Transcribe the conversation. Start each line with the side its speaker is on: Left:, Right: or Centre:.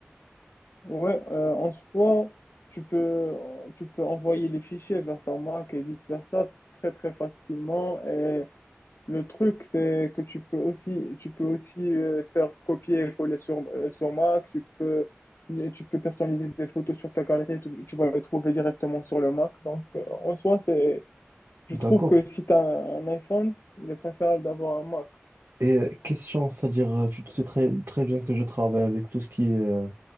Left: Ouais, euh, en soi, tu peux, tu peux envoyer les fichiers vers ton Mac et vice-versa très, très facilement. Et Le truc, c'est que tu peux aussi, tu peux aussi euh, faire copier et coller sur, euh, sur Mac, tu peux, euh, tu peux personnaliser tes photos sur ta galerie, tu, tu vas les trouver directement sur le Mac. Donc, euh, en soi, c'est, je
Right: D'accord.
Left: trouve que si tu as un iPhone, il est préférable d'avoir un Mac.
Right: Et euh, question, c'est-à-dire, euh, tu sais très, très bien que je travaille avec tout ce qui est euh,